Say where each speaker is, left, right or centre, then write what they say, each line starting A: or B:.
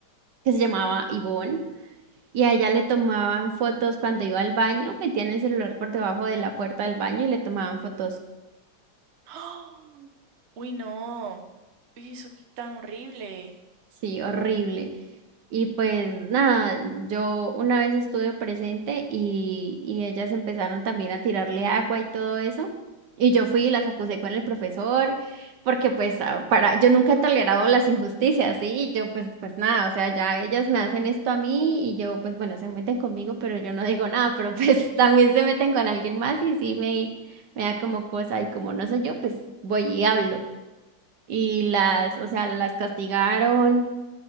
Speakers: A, on the right (about 60°); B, on the right (about 80°).
A: que se llamaba Ivonne, y a ella le tomaban fotos cuando iba al baño, metían el celular por debajo de la puerta del baño y le tomaban fotos.
B: ¡Ah! Uy, no. Uy, eso qué tan horrible.
A: Sí, horrible. Y pues nada, yo una vez estuve presente y, y ellas empezaron también a tirarle agua y todo eso. Y yo fui y las acusé con el profesor, porque pues ah, para, yo nunca he tolerado las injusticias, ¿sí? Y yo pues, pues nada, o sea, ya ellas me hacen esto a mí y yo pues bueno, se meten conmigo, pero yo no digo nada, pero pues <laughs> también se meten con alguien más y sí me, me da como cosa y como no soy yo, pues voy y hablo. Y las, o sea, las castigaron